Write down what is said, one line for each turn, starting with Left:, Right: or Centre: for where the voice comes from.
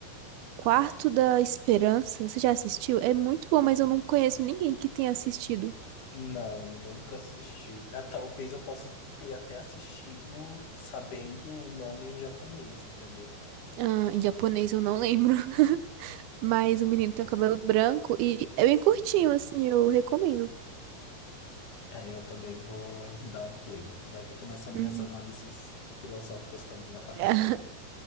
Right: Quarto da Esperança. Você já assistiu? É muito bom, mas eu não conheço ninguém que tenha assistido.
Left: Não, nunca assisti. Ah, talvez eu possa ter até assistido sabendo o nome em japonês, entendeu?
Right: Ah, em japonês eu não lembro. <laughs> Mas o menino tem um cabelo branco e é bem curtinho, assim, eu recomendo.
Left: É, eu também vou dar um play. Vai que eu começo as minhas
Right: Uhum.
Left: análises filosóficas também a partir
Right: <laughs>
Left: dele.